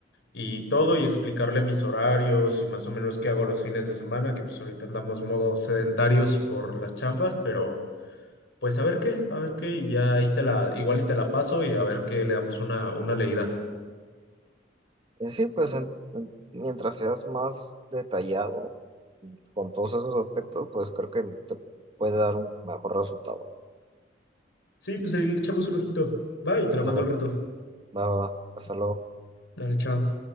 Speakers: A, on the left; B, on the right.
A: y todo y explicarle mis horarios y más o menos qué hago los fines de semana, que pues ahorita andamos modo sedentarios por las chambas, pero... Pues a ver qué, a ver qué, y ya ahí te la, igual y te la paso y a ver qué le damos una, una leída.
B: Eh, sí, pues en- en- mientras seas más detallado con todos esos aspectos, pues creo que te puede dar un mejor resultado.
A: Sí, pues ahí le echamos un ojito. Va y te la
B: Va,
A: mando
B: va,
A: al rato.
B: va, va. Hasta luego.
A: Dale, chao.